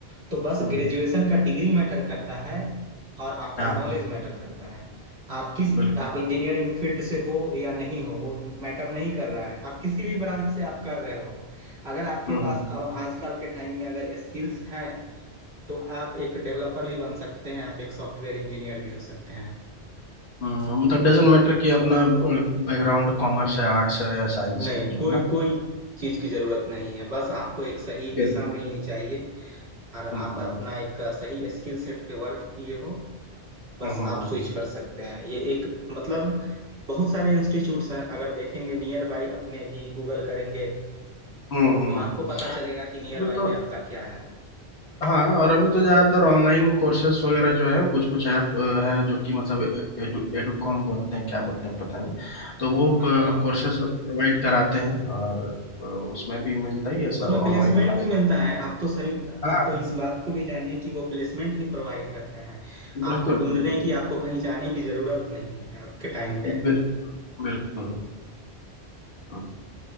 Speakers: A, on the right; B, on the left.
A: तो बस
B: हम्म,
A: ग्रेजुएशन का डिग्री मैटर करता है और आपका
B: हाँ
A: नॉलेज
B: हाँ
A: मैटर करता है आप किस
B: बिल्कुल
A: आप इंजीनियरिंग फील्ड से हो या नहीं हो वो मैटर नहीं कर रहा है आप किसी भी ब्रांच से आप कर रहे हो अगर आपके
B: हम्म
A: पास
B: हम्म
A: अब आजकल के टाइम में अगर स्किल्स हैं तो आप एक डेवलपर भी बन सकते हैं आप एक सॉफ्टवेयर इंजीनियर भी हो सकते हैं
B: हम्म, मतलब डजेंट मैटर कि अपना बैकग्राउंड कॉमर्स है आर्ट्स है या साइंस
A: नहीं
B: है कुछ
A: कोई
B: भी ना
A: कोई चीज की जरूरत नहीं है बस आपको एक सही
B: चलो
A: दिशा मिलनी चाहिए और
B: हम्म
A: आप
B: हम्म
A: अपना एक सही स्किल सेट पे वर्क किए हो बस
B: हम्म हम्म
A: आप स्विच कर सकते हैं ये एक मतलब बहुत सारे इंस्टीट्यूट्स हैं अगर देखेंगे नियर बाई अपने भी गूगल करेंगे
B: हम्म हम्म।
A: तो आपको पता चलेगा कि नियर
B: अभी
A: बाई
B: तो
A: में आपका क्या है
B: हाँ और अभी तो ज़्यादातर ऑनलाइन कोर्सेस वगैरह जो है कुछ कुछ ऐप है जो कि मतलब एडु एडुकॉम बोलते हैं क्या बोलते हैं पता नहीं तो वो
A: हाँ हाँ
B: कोर्सेस प्रोवाइड कराते हैं और अ, उसमें भी मिलता ही है
A: उसमें
B: सर
A: प्लेसमेंट
B: ऑनलाइन क्लास
A: भी मिलता है आप तो सरी
B: हाँ
A: आप तो इस बात को भी जानिए कि वो प्लेसमेंट भी प्रोवाइड करते हैं
B: बिल्कुल
A: आपको ढूंढने
B: बिल्कुल
A: की आपको कहीं जाने की जरूरत नहीं है आपके टाइम पे
B: बिल, बिल्कुल हम्म